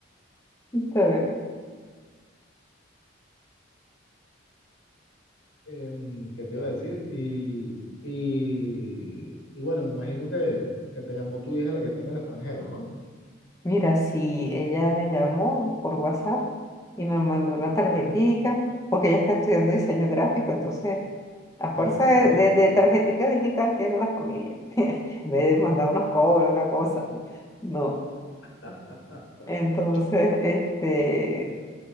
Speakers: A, on the left (about 15°); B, on the left (about 85°).
A: Está bien.
B: Em, ¿qué te iba a decir? Y, y, y bueno, me imagino que, que te llamó tu hija la que está en el extranjero, ¿no?
A: Mira, si ella me llamó por WhatsApp y me mandó
B: ¿Mm?
A: una tarjetica, porque ella está estudiando diseño gráfico, entonces a
B: Ah,
A: fuerza de,
B: imagínate.
A: de, de tarjetica digital tiene la familia. <laughs> En vez de mandar unos cobros, una cosa. No.
B: <laughs> Está
A: Entonces,
B: bien.
A: <laughs> este,